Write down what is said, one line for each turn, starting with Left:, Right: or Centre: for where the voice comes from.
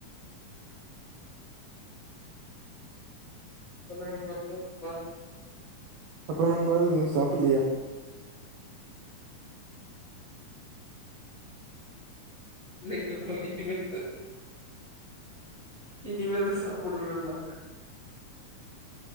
Left: சொல்லுங்க நண்பா சொல்லுங்க நண்பா
Right: அப்றோ நண்பா இன்னு சாப்புட்லயா
Left: இல்லைங்க நண்பா இனிமே தா இனிமே தா சாப்புடு நண்பா